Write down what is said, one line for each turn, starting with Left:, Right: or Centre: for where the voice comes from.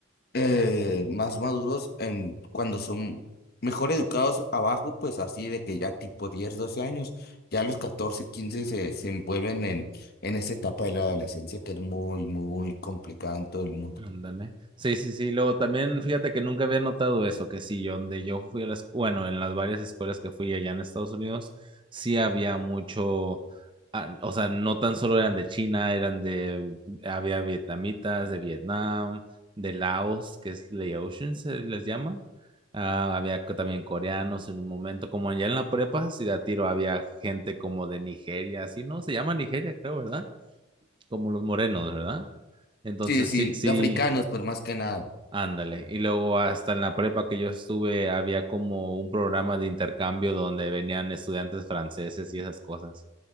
Left: eh, más maduros en cuando son mejor educados abajo, pues así de que ya tipo 10 12 años, ya a los 14 15 se, se envuelven en, en esa etapa de la adolescencia que es muy, muy complicada en todo el mundo.
Right: Ándale. Sí, sí, sí. Luego también, fíjate que nunca había notado eso, que sí, yo donde yo fui a las, bueno, en las varias escuelas que fui allá en Estados Unidos, sí había mucho, ah, o sea, no tan solo eran de China, eran de, había vietnamitas, de Vietnam, de Laos, que es Laotian, se les llama. Ah, había co- también coreanos en un momento, como allá en la prepa, sí de a tiro había gente como de Nigeria, así, ¿no? Se llama Nigeria, creo, ¿verdad? Como los morenos, ¿verdad? Entonces,
Left: Sí, sí,
Right: sí, sí.
Left: los africanos, pues más que nada.
Right: Ándale, y luego hasta en la prepa que yo estuve había como un programa de intercambio donde venían estudiantes franceses y esas cosas.